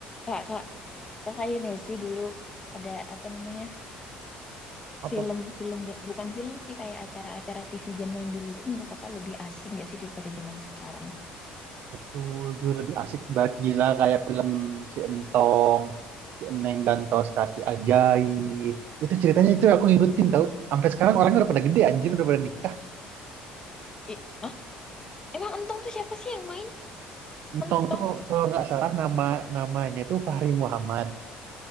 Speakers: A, on the left; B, on the right.
A: Kak, kak, kakak ini sih dulu ada apa namanya
B: apa
A: film-film ja- bukan film sih kayak acara-acara TV zaman dulu tuh menurut kakak lebih asik gak sih daripada zaman sekarang?
B: betul dulu lebih asik banget gila kayak film si Entong si Eneng dan Kaos Kaki Ajaib itu ceritanya itu aku ngikutin tau sampai sekarang orangnya udah pada gede anjir udah pada nikah
A: Ih, ah, emang Entong tuh siapa sih yang main?
B: Entong
A: Entong.
B: tuh kalau nggak salah nama namanya tuh Fahri Muhammad